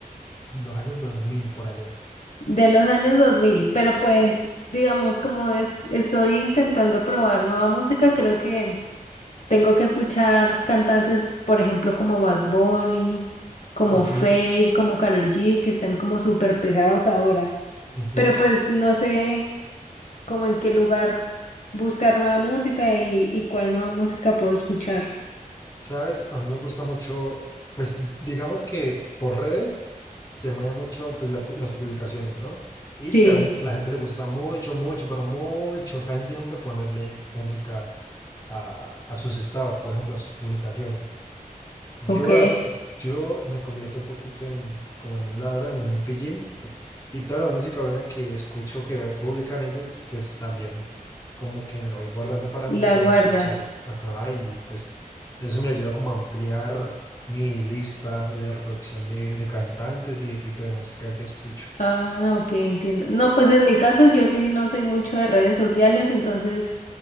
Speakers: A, on the left; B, on the left.
A: los años 2000 por allá?
B: de los años 2000, pero pues digamos como es, estoy intentando probar nueva música, creo que... Tengo que escuchar cantantes, por ejemplo, como Bad Bunny, como
A: Ujú,
B: Fade, como Karol G, que están como súper pegados ahora.
A: ujú.
B: Pero pues no sé como en qué lugar buscar nueva música y, y cuál nueva música puedo escuchar.
A: ¿Sabes? A mí me gusta mucho, pues digamos que por redes se mueve mucho pues, la pu- las publicaciones, ¿no? Y
B: Sí,
A: que a la, la gente le gusta mucho, mucho, pero mucho, casi siempre ponerle música a, a sus estados, por ejemplo, a sus publicaciones. Yo
B: ok,
A: hago, yo me convierto un poquito en, como en un ladrón, en un pillín. Y toda la música buena que escucho que me publican ellos, pues también como que me lo voy guardando para
B: la
A: mí, para
B: guarda.
A: escuchar. Ajá, y pues eso me ayuda como a ampliar mi lista de reproducción de, de cantantes y de tipo de música que escucho.
B: Ah, ok, entiendo. No, pues en mi caso yo sí no soy mucho de redes sociales, entonces